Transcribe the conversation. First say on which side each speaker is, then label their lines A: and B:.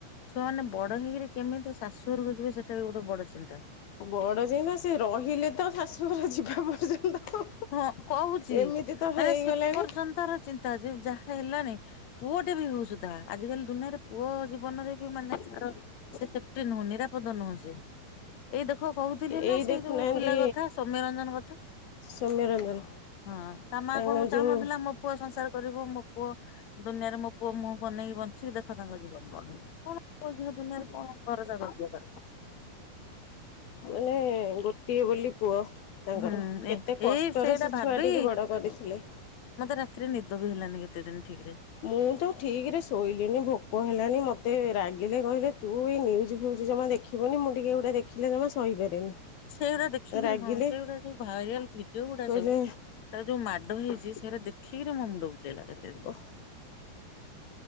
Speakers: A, on the left; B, on the left.
A: ଛୁଆମାନେ ବଡ଼ ହେଇକରି କେମିତି ଶାଶୁ ଘରକୁ ଯିବେ ସେଟା ବି ଗୋଟେ ବଡ଼ ଚିନ୍ତା।
B: ବଡ଼ ଯାଏଁ ସେ ରହିଲେ ତ ଶାଶୁ ଘର ଯିବା ପର୍ଯ୍ୟନ୍ତ।
A: ହଁ କହୁଛି
B: ଏମିତି ତ ହେଇଗଲାଣି
A: ମାନେ ସେ ଏ ପର୍ଯ୍ୟନ୍ତର ଚିନ୍ତା ଯେ ଯାହା ହେଲାନି ପୁଅ ଟେ ବି ହଉ ସୁଧା ଆଜିକାଲି ଦୁନିଆରେ ପୁଅ ଜୀବନରେ ବି ମାନେ ତାର ସେ ସେଫ୍ଟି ନୁହଁ। ନିରାପଦ ନୁହଁ ସେ ଏଇ ଦେଖ ଦୁଖ କହୁଥିଲି
B: ଏଇ
A: ନା ସେ
B: ଦେଖୁନାହାନ୍ତି
A: ଯୋଉଁ ପିଲା କଥା ସୌମ୍ୟରଞ୍ଜନ କଥା
B: ସୌମ୍ୟରଞ୍ଜନ
A: ହଁ ତା ମା
B: ତାଙ୍କ
A: କଣ
B: ଯୋଉ
A: ଚାହୁଁନଥିଲା ମୋ ପୁଅ ସଂସାର କରିବ ମୋ ପୁଅ ଦୁନିଆରେ ମୋ ପୁଅ ମୁହଁ କୁ ଅନେଇକି ବଞ୍ଚିବି ଦେଖ ତାଙ୍କ ଜୀବନ କଣ ହେଇଗଲା କଣ <unintelligible> ଦୁନିଆରେ କଣ ଭରସା କରିବ ତାକୁ।
B: ମାନେ ଗୋଟେ ଗୋଟିଏ ବୋଲି ପୁଅ ତାଙ୍କର
A: ହୁଁ
B: କେତେ
A: ଏ
B: କଷ୍ଟରେ
A: ଏଇ ସେଇଟା
B: ସେ
A: ଭାବି
B: ଛୁଆ ଟିକି ବଡ଼ କରିଥିଲେ।
A: ମତେ ରାତିରେ ନିଦ ବି ହେଲାନି କେତେ ଦିନ। ଠିକ ରେ
B: ମୁଁ ତ ଠିକ ରେ ଶୋଇଲିନି ଭୋକ ହେଲାନି ମତେ ରାଗିଲେ କହିଲେ ତୁ ଏ ନ୍ୟୁଜ ଫ୍ୟୁଜ୍ ଜମା ଦେଖିବୁନ ମୁଁ ଟିକେ ଏଗୁଡା ଦେଖିଲେ ଜମା ସହିପାରେନି।
A: ସେଇଗୁଡା ଦେଖିକିରି
B: ରାଗିଲେ
A: ହଁ ସେଇଗୁଡା ଯୋଉ ଭାଇରାଲ ଭିଡିଓ ଗୁଡା
B: କହିଲେ
A: ସବୁ ତା ଯୋଉ ମା ଡ ହେଇଛି ସେଇଗୁଟା ଦେଖିକିରି ମୋ ମୁଣ୍ଡ ବୁଲେଇଲା କେତେ ଦିନ।
B: ଓହ